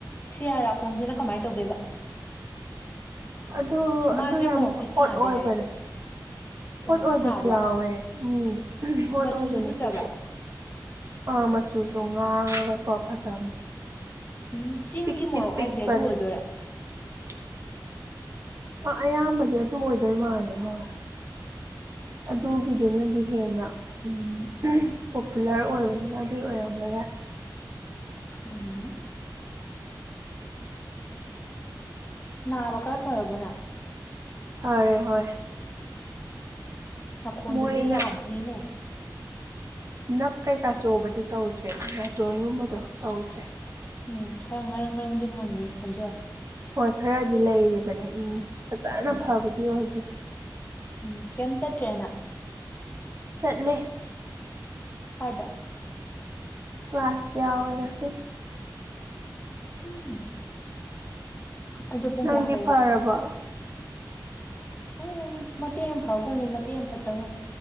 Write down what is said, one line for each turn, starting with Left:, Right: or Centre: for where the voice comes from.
Left: ꯁꯤ ꯔꯥꯔꯈꯣꯡꯁꯤꯅ ꯀꯃꯥꯏꯅ ꯇꯧꯒꯦꯕ
Right: ꯑꯗꯨ
Left: ꯃꯥꯁꯦ
Right: ꯑꯗꯨ ꯌꯥꯝ
Left: ꯃꯣꯔꯣꯛꯇꯤ
Right: ꯍꯣꯠ
Left: ꯁꯥꯗꯦ
Right: ꯑꯣꯏꯕꯅꯦ
Left: ꯍꯥꯏ
Right: ꯍꯣꯠ
Left: ꯑꯣ
Right: ꯑꯣꯏꯕꯁꯨ
Left: ꯁꯥꯕ꯭ꯔꯣ
Right: ꯌꯥꯎꯋꯦ ꯎꯝ ꯍꯣꯠ
Left: ꯃꯆꯨꯁꯨ
Right: ꯑꯣꯏꯕꯅꯦ
Left: ꯐꯖꯕ꯭ꯔꯥ
Right: ꯑꯗꯨꯁꯨ ꯑ ꯃꯆꯨꯁꯨ ꯉꯥꯡꯉꯒꯀꯣ ꯐꯖꯕꯅꯦ
Left: ꯎꯝ ꯆꯤꯡꯒꯤ
Right: ꯄꯤꯛꯇꯤ
Left: ꯃꯣꯔꯣꯛ
Right: ꯄꯤꯛꯄꯅꯦ
Left: ꯍꯥꯏꯁꯦ ꯑꯗꯨ ꯑꯣꯏꯗꯣꯏꯔꯥ
Right: <unintelligible> ꯑꯥ ꯑꯌꯥꯝꯕꯗꯤ ꯑꯗꯨ ꯑꯣꯏꯗꯣꯏ ꯃꯥꯜꯂꯦ ꯍꯣꯏ ꯑꯗꯨꯒꯤꯗꯨꯅꯗꯤ ꯍꯦꯟꯅ ꯎꯝ ꯄꯣꯄꯨꯂꯔ ꯑꯣꯏꯕꯅꯤꯅ ꯑꯗꯨꯒꯤ ꯑꯣꯏꯔꯝꯕ ꯌꯥꯏ
Left: ꯎꯝ ꯅꯥꯕ ꯈꯔ ꯐꯔꯕꯣ ꯅꯪ
Right: ꯐꯔꯦ ꯍꯣꯏ
Left: ꯅꯈꯣꯟꯗꯨꯗꯤ
Right: ꯃꯣꯏꯅ
Left: ꯌꯥꯗ꯭ꯔꯤꯅꯦ
Right: ꯅꯞ ꯀꯩꯀꯥ ꯆꯣꯕꯗꯤ ꯇꯧꯗ꯭ꯔꯦ ꯅꯥꯇꯣꯟꯒꯨꯝꯕꯗꯣ ꯇꯧꯗ꯭ꯔꯦ
Left: ꯎꯝ ꯈꯔ ꯉꯔꯥꯡ ꯉꯔꯥꯡꯗꯤ ꯉꯪꯉꯤ ꯈꯣꯟꯖꯦꯜ
Right: ꯍꯣꯏ ꯈꯔꯗꯤ ꯂꯩꯔꯤꯕꯅꯦ ꯎꯝ ꯐꯖꯅ
Left: ꯎꯝ
Right: ꯐꯕꯗꯤ ꯑꯣꯏꯗꯦ
Left: ꯎꯝ ꯀꯩꯝ ꯆꯠꯇ꯭ꯔꯦ ꯅꯪ
Right: ꯆꯠꯂꯦ
Left: ꯀꯥꯢꯗ
Right: ꯀ꯭ꯂꯥꯁ ꯌꯥꯎꯋꯦ ꯉꯁꯤ
Left: ꯎꯝ ꯑꯗꯨ ꯄꯨꯡ
Right: ꯅꯪꯗꯤ
Left: ꯀꯌꯥ ꯍꯜꯂꯛꯏꯕ
Right: ꯐꯔꯕꯣ
Left: ꯎꯝ ꯃꯇꯦꯛ ꯑꯃ ꯐꯕꯒꯨꯝ ꯃꯇꯦꯛ ꯑꯃ ꯐꯠꯇꯒꯨꯝ